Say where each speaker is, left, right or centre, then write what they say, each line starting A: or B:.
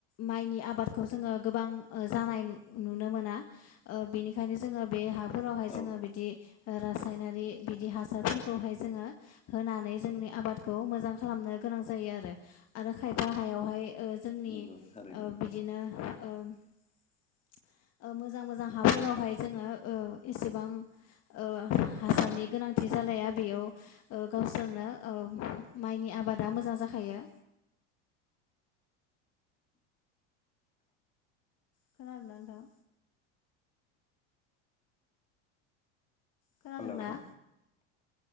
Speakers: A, on the left; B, on the left.
A: माइनि आबादखौ जोङो गोबां ओ जानाय नुनो मोना ओ बेनिखायनो जोङो बे हाफोरावहाय जोङो
B: औ
A: बिदि रासायनारि बिदि हासारफोरखौहाय जोङो होनानै जोंनि आबादखौ मोजां खालामनो गोनां जायो आरो आरो खायफा हायावहाय ओ जोंनि
B: नंगौ थारैनो
A: ओ बिदिनो ओ मोजां मोजां हाफोरावहाय जोङो ओ एसेबां ओ हासारनि गोनांथि जालाया बेयाव ओ गावसोरनो ओ माइनि आबा मोजां जायो खोनादों ना नोंथां खोनादोंना
B: हेलौ